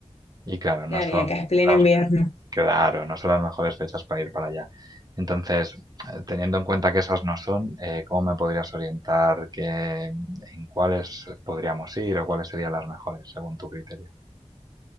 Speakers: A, on the right; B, on the left.
A: Y claro, no
B: Claro,
A: son
B: y acá es pleno
A: las,
B: invierno.
A: me- claro, no son las mejores fechas para ir para allá. Entonces, eh, teniendo en cuenta que esas no son, eh, ¿cómo me podrías orientar que, en cuáles podríamos ir o cuáles serían las mejores según tu criterio?